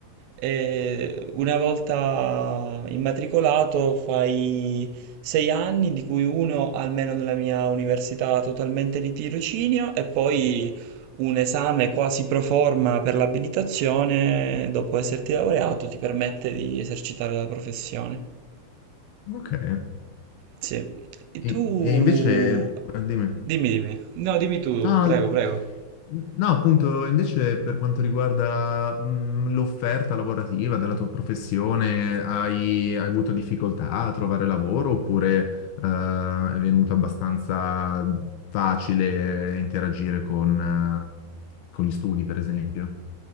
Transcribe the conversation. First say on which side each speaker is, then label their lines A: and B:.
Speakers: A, on the right; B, on the left.
A: E una volta immatricolato fai sei anni, di cui uno almeno nella mia università totalmente di tirocinio, e poi un esame quasi pro forma per l'abilitazione, dopo esserti laureato, ti permette di esercitare la professione.
B: Ok, e,
A: Sì. E
B: e
A: tu...
B: invece, eh, dimmi.
A: Dimmi, dimmi. No, dimmi tu,
B: No,
A: prego,
B: no,
A: prego.
B: no, appunto, invece per quanto riguarda mh, l'offerta lavorativa della tua professione, hai, hai avuto difficoltà a trovare lavoro oppure eh, è venuto abbastanza facile interagire con, eh, con gli studi, per esempio?